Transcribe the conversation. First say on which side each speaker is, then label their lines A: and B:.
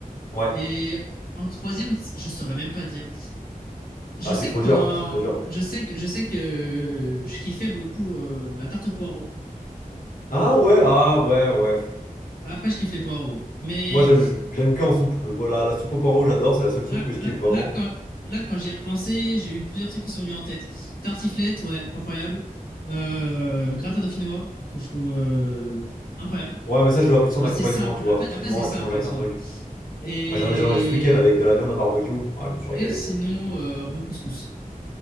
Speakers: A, on the left; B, on the left.
A: Ouais.
B: Et en troisième, je saurais même pas dire. Je
A: Ah,
B: sais
A: c'est trop
B: que
A: dur,
B: pendant.
A: c'est trop dur.
B: Je sais que, je sais que euh, je kiffais beaucoup euh, la tarte aux poireaux.
A: Ah ouais, ah ouais, ouais.
B: Bah, après, je kiffe les poireaux. Mais
A: Moi, j'aime, j'aime que en soupe. Le, la, la soupe au poireau, j'adore. C'est la seule soupe
B: là,
A: que je
B: là,
A: kiffe vraiment.
B: là, quand, là, quand j'y ai repensé, j'ai eu plusieurs trucs qui sont venus en tête. Tartiflette, ouais, incroyable. Euh, gratin dauphinois, que je trouve euh, incroyable.
A: Ouais, mais ça, je vois plus son
B: Genre,
A: accompagnement,
B: c'est simple.
A: tu vois.
B: Après,
A: Tu
B: après
A: le manges,
B: c'est simple
A: tu manges avec
B: en soi.
A: un truc.
B: Et,
A: Moi, j'en ai mangé ce week-end avec de la viande au barbecue. Ah, je me suis régalé.
B: et sinon, euh, un bon couscous.